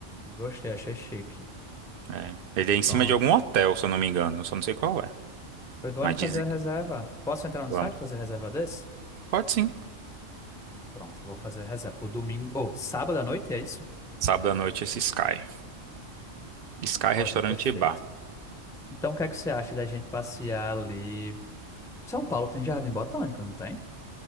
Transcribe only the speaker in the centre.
Gostei, achei chique.
Pronto.
Pois vamos
fazer a
reserva. Posso entrar no
site e fazer reserva desse?
Pronto, vou fazer a reserva. Pro domingo, ou sábado à noite, é isso?
Ótimo, perfeito.
Então, o que é que você acha da gente passear ali? São Paulo tem Jardim Botânico, não tem?